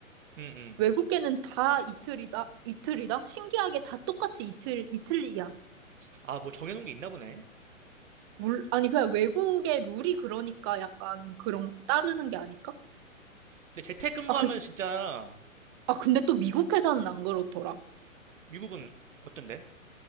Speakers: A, on the right; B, on the right.
A: 응, 응.
B: 외국계는 다 이틀이다? 이틀이다? 신기하게 다 똑같이 이틀, 이틀이야.
A: 아, 뭐 정해놓은 게 있나 보네.
B: 물, 아니, 그냥 외국의 룰이 그러니까 약간 그런, 따르는 게 아닐까?
A: 근데 재택근무하면
B: 아, 근,
A: 진짜
B: 아, 근데 또 미국 회사는 안 그렇더라.
A: 미국은 어떤데?